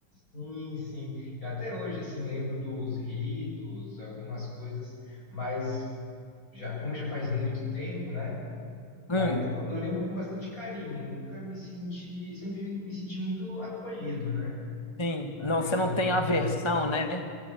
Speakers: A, on the left (about 50°); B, on the left (about 20°).
A: Sim, sim. Eu até hoje, assim, lembro dos ritos, algumas coisas, mas já, como já faz muito tempo, né? Mas
B: Hum,
A: eu, eu lembro com bastante carinho, nunca me senti, sempre me senti muito acolhido, né?
B: sim. Não,
A: Na
B: você
A: Igreja
B: não tem
A: Católica.
B: aversão, né?